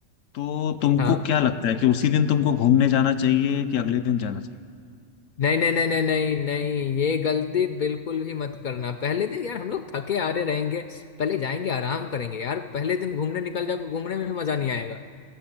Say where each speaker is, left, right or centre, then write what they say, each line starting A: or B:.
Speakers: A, on the left (about 70°); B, on the left (about 85°).
A: तो तुमको
B: हाँ
A: क्या लगता है कि उसी दिन तुमको घूमने जाना चाहिए कि अगले दिन जाना चाहिए
B: नहीं नहीं नहीं नहीं नहीं नहीं ये गलती बिल्कुल भी मत करना पहले दिन यार हम लोग थके हारे रहेंगे पहले जाएंगे आराम करेंगे यार पहले दिन घूमने निकल जाओगे घूमने में भी मजा नहीं आएगा